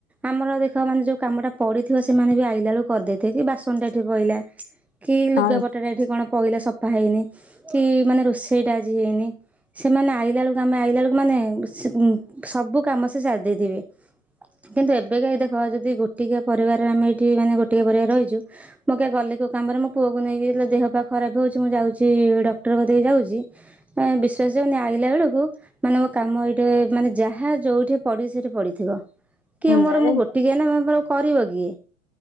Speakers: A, in the centre; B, on the left.
A: ଆମର ଦେଖ ମାନେ ଯୋଉ କାମଟା ପଡିଥିବ ସେମାନେ ବି ଆଇଲା ବେଳୁକୁ କରିଦେଇଥିବେ କି ବାସନ ଟା ଏଠି ପଇଲା କି ଲୁଗାପଟାଟା
B: ହଁ ହଁ
A: ଏଠି କଣ ପଇଲା ସଫା ହେଇନି କି ମାନେ ରୋଷେଇଟା ଆଜି ହେଇନି ସେମାନେ ଆଇଲା ବେଳୁକୁ ଆମେ ଆଇଲା ବେଳୁକୁ ମାନେ <unintelligible> ସବୁ କାମ ସେ ସାରି ଦେଇଥିବେ। କିନ୍ତୁ ଏବେକା ଏଇ ଦେଖ ଯଦି ଗୋଟିିକିଆ ପରିବାରରେ ଆମେ ଏଇଠି ମାନେ ଗୋଟିକିଆ ପରିବାରରେ ରହିଚୁ ମୁଁ କେ ଗଲି କୋଉ କାମରେ ମୋ ପୁଅକୁ ନେଇକି ଯେତେଳେ ଦେହ ପା ଖରାପେ ହଉଚି ମୁଁ ଯାଉଚି ଡକ୍ଟର କତିକି ଯାଉଚି <unintelligible> ବିଶ୍ଵାସ ଯାଉନି ଆଇଲା ବେଳୁକୁ ମାନେ ମୋ କାମ ଏଇଟେ ମାନେ ଯାହା ଯୋଉଠି ପଡିଚି ସେଇଠି ପଡି ଥିବ, କିଏ ମୋର
B: ହୁଁ
A: ମୁ ଗୋଟିକିଆ ନା <unintelligible> କରିବ କିଏ